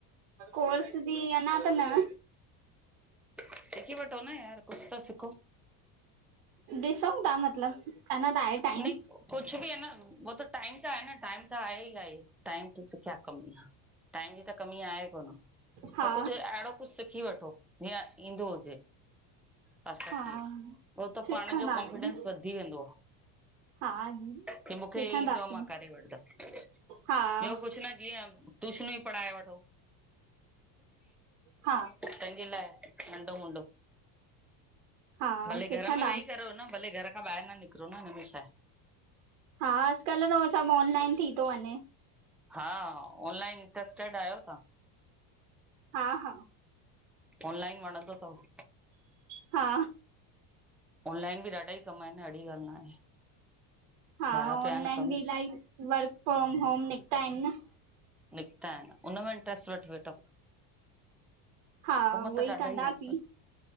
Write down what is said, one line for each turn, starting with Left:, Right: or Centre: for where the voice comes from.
Right: कोर्स भी, अंञा त न।
Centre: सिखी वठो न यार कुछ त सिखो!
Right: ॾिसंउं ता मतलब! अञा त आहे टाइम
Centre: न <inaudible> कुछ भी आ न, उहो त- टाइम त आहे न, टाइम त आहे ई आहे, आहे टाइम कया कमी आ! टाइम जी त कमी आहे कोन।
Right: हा
Centre: त कुछ अहिड़ो कुछ सिखी वठो, जीअं ईंदो हुजे। पो
Right: हा
Centre: त
Right: सिखंदासीं
Centre: पाण जो कॉन्फिडेंस वधी वेंदो आ।
Right: हा
Centre: की मूंखे
Right: सिखंदासीं,
Centre: ईंदो आ मां करे वठंदमि
Right: हा।
Centre: ॿियो कुझु न जीअं ट्यूशनूं ई पढ़ाए वठो
Right: हा
Centre: तैंजे लाए, नंडो हूंदो!
Right: हा
Centre: भले
Right: सिखंदा
Centre: घर में वेही करो न, भले घर खां ॿाहिर न निकरो न, हिनमें छा आए!
Right: हा अॼुकल्ह त उओ सब ऑनलाइन थी थो वंञे।
Centre: हा, ऑनलाइन इंटरेस्टेड आयो तां?
Right: हा- हा।
Centre: ऑनलाइन वणंदो तव?
Right: हा
Centre: ऑनलाइन भी ॾाढा ई कम आहिन, अहिड़ी ॻाल न आहे।
Right: हा
Centre: भया
Right: ऑनलाइन
Centre: पिया आहिनि कम
Right: बि इलाही वर्क फ्रोम होम निकता आहिन न।
Centre: निकता आहिन। उनमें इंट्रस्ट वठ वेठो।
Right: हा
Centre: कम
Right: उहे
Centre: त ॾाढा
Right: कंदासीं
Centre: ई आहिन, पर